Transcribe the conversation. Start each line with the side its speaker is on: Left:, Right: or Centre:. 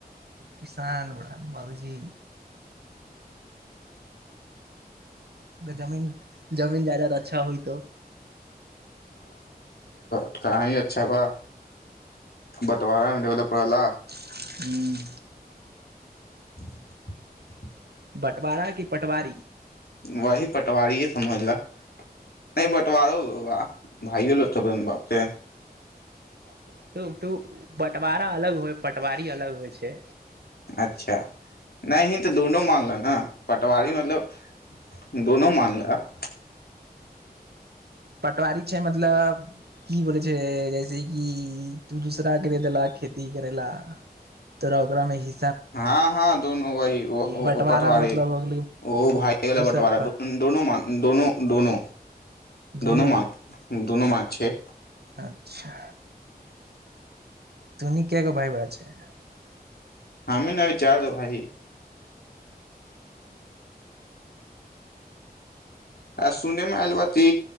Right: किसान बारन बाबूजी तऽ जमीन जमीन जायदाद अच्छा होय तँ
Left: कहाँ ही अच्छा बा बँटवारा मे भेलपर रहल
Right: ह्म
Left: <inaudible>
Right: बटवारा कि पटवारी
Left: वही पटवारिए समझल नहि बटवारो वा भाइयो लोक बारन बाप के
Right: त तू बटवारा अलग होय प वारी अलग होइ छै
Left: अच्छा नहि तऽ दोनो मानल न पटवारी मतलब दोनो मानलह
Right: पटवारी छै मतलब की बोले छै जैसे कि तू दूसरा के देलक खेती करे ला तोरा ओकरामे हि
Left: हँ हँ दोनो वह
Right: बँटवारा
Left: पटवारे
Right: मतलब हो गेलै
Left: ओ भायला
Right: दूसर
Left: बटवारा
Right: पर
Left: दोनो म दोनो दोनो
Right: दुनू
Left: दोनोू मात दोनो मान छै
Right: अच्छा तुनि कयगो भइबा छै
Left: हमी ने अभी चारि गो भाइ आ सुनेमे आयल ब ती